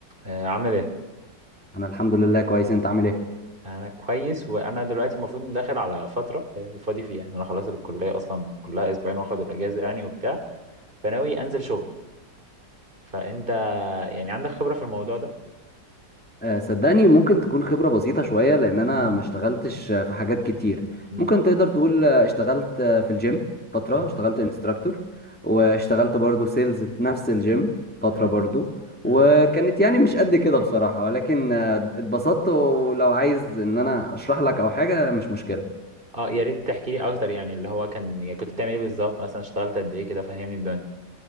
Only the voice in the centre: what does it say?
انا الحمد لله كويس انت عامل ايه
أه صدقني ممكن تكون خبرة بسيطة شوية لان انا
ما اشتغلتش آه، في حاجات كتير
ممكن تقدر تقول آه، اشتغلت آه، في الجيم فترة
اشتغلت انستراكتور واشتغلت برضو سيلز في نفس الجيم فترة
برضو
وكانت يعني مش قد كده بصراحة ولكن آه، اتبسطت ولو عايز ان انا اشرح لك او حاجة مش مشكلة